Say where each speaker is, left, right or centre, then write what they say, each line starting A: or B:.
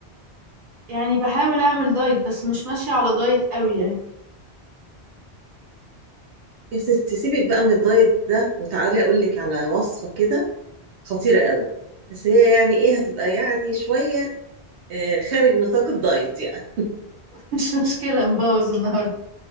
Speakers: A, on the right (about 50°); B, on the right (about 80°).
A: يعني بحاول اعمل دايت بس مش ماشية على دايت قوي يعني
B: يا ستي سيبك بقى من الدايت ده وتعالي اقول لك على وصفه كده خطيره قوي بس هي يعني ايه هتبقى يعني شويه آه، خارج نطاق الدايت يعني
A: <laughs> مش مشكلة مبوظ النهاردة